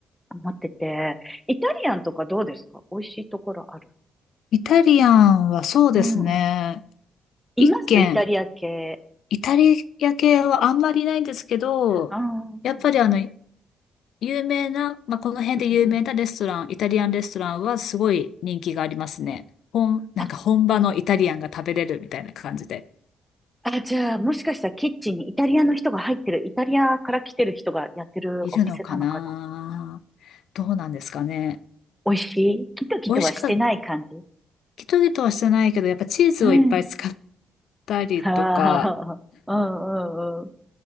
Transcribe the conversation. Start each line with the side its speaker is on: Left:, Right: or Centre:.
Centre: 思ってて。イタリアンとかどうですか美味しいところある
Left: え。イタリアンはそうですね。
Centre: うんうん。いますイタリア系。
Left: 一軒イタリア系はあんまりないんですけど、
Centre: ああ、うん
Left: やっぱりあの、有名な、まあ、この辺で有名なレストラン、
Centre: うん。
Left: イタリアンレストランはすごい人気がありますね。本、なんか本場のイタリアンが食べれるみたいな感じで。
Centre: あ、あ、じゃあ、もしかしたらキッチンにイタリアの人が入ってる、イタリアから来てる人がやってるお店なのかな
Left: いるのかなどうなんですかね。
Centre: 美味しいキトキトはしてない感じ
Left: 美味しかった、ギトギトはしてないけど、やっぱチーズをいっぱい使っ
Centre: うん。
Left: たりとか、
Centre: はあ、うんうんうん。